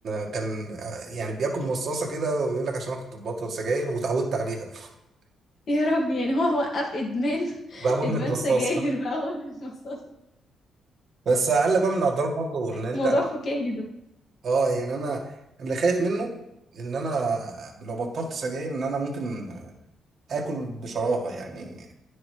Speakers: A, on the right (about 60°); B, on the left (about 60°).
A: كان آه، يعني بياكل مصاصه كده ويقول لك عشان انا كنت ببطل سجاير وتعودت عليها <laughs>
B: <laughs> يا رب يعني هو وقف ادمان <laughs>
A: بقى مدمن
B: ادمان
A: المصاصه
B: سجاير بقى هو المصاصة
A: بس قال لك بقى من الاضرار برضه ان انت
B: موضوع فكاهي جدا
A: اه يعني انا اللي خايف منه ان انا لو بطلت سجاير ان انا ممكن اكل بشراهه يعني